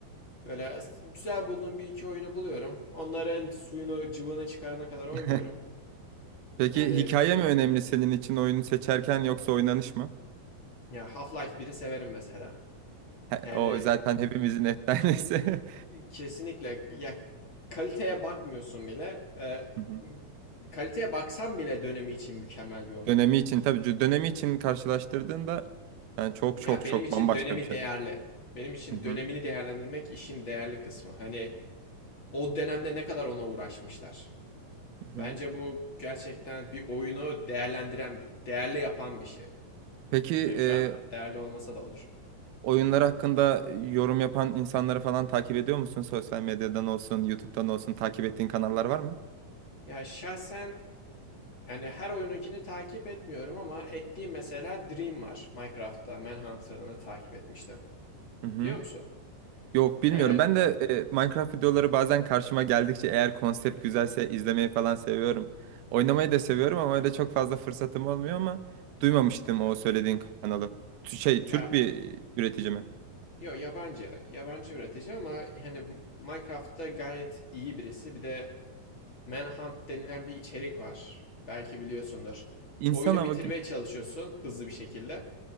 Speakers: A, on the left; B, on the right.
A: böyle güzel bulduğum bir iki oyunu buluyorum. Onların suyunu, cıvığını çıkarana kadar oynuyorum.
B: <laughs> Peki
A: Yani
B: hikaye mi önemli senin için oyunu seçerken yoksa oynanış mı?
A: ya Half-Life biri severim mesela.
B: He-
A: Yani
B: o zaten hepimizin efsanesi.
A: kesinlikle ya kaliteye bakmıyorsun bile. Ee,
B: <laughs> Hı hı.
A: kaliteye baksan bile dönemi için mükemmel bir oyun.
B: Dönemi için tabii c- dönemi için karşılaştırdığında yani çok
A: Ya
B: çok
A: benim
B: çok
A: için
B: bambaşka
A: dönemi
B: bir şey.
A: değerli. Benim için
B: Hı hı.
A: dönemini değerlendirmek işin değerli kısmı. Hani o dönemde ne kadar ona uğraşmışlar.
B: Hı
A: Bence
B: hı.
A: bu gerçekten bir oyunu değerlendiren, değerli yapan bir şey.
B: Peki
A: Yani
B: e,
A: şu an değerli olmasa da olur.
B: oyunlar hakkında yorum yapan insanları falan takip ediyor musun? Sosyal medyadan olsun, YouTube'dan olsun takip ettiğin kanallar var mı?
A: Ya şahsen yani her oyununkini takip etmiyorum ama ettiğim mesela Dream var. Minecraft'ta Manhunt'ını takip etmiştim.
B: Hı hı.
A: Biliyor musun?
B: Yok bilmiyorum.
A: Yani
B: Ben de e, Minecraft videoları bazen karşıma geldikçe eğer konsept
A: <laughs>
B: güzelse izlemeyi falan seviyorum. Oynamayı da seviyorum ama öyle çok fazla fırsatım olmuyor ama duymamıştım o söylediğin kanalı. Tü- Şey
A: ya
B: Türk bir üretici mi?
A: yo yabancı yabancı üretici ama hani Minecraft'ta gayet iyi birisi. Bir de Manhunt denilen bir içerik var. Belki biliyorsundur.
B: İnsan
A: Oyunu
B: hava
A: bitirmeye
B: gibi.
A: çalışıyorsun hızlı bir şekilde.